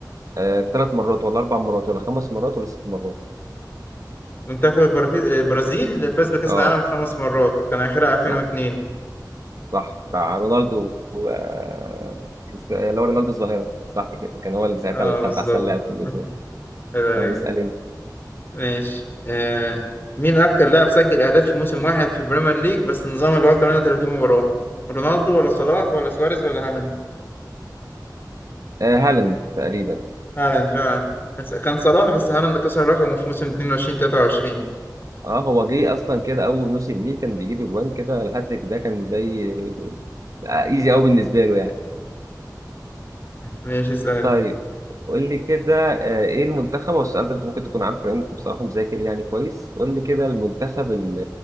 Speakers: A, on the right; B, on the left.
A: آه، ثلاث مرات ولا اربع مرات ولا خمس مرات ولا ست مرات
B: منتخب البرازيل البرازيل فاز بكاس
A: اه
B: العالم خمس مرات كان اخرها 2002
A: صح صح بتاع رونالدو و- آه، كريست- آه، اللي هو رونالدو الظاهره صح كده كان هو اللي ساعتها
B: اه
A: اللي
B: بالظبط
A: خد احسن لاعب في
B: <laughs>
A: البطوله
B: هيبقى
A: اه
B: رايق
A: بيسال انت
B: ماشي آه مين اكتر لاعب سجل اهداف في موسم واحد في البريمير ليج بس النظام اللي هو 38 مباراة رونالدو ولا صلاح ولا سواريز ولا هالاند
A: آه هالاند تقريبا
B: هالاند فعلا بس كان صلاح بس هالاند كسر رقمه في موسم 22 23
A: اه هو جه اصلا كده اول موسم ليه كان بيجيب اجوان كده الهاتريك ده كان زي ايزي قوي بالنسبه له يعني
B: ماشي اسال انت
A: طيب قول لي كده آه، ايه المنتخب هو السؤال ده انت ممكن تكون عارفه لان انت بصراحه مذاكر يعني كويس قول لي كده المنتخب اللي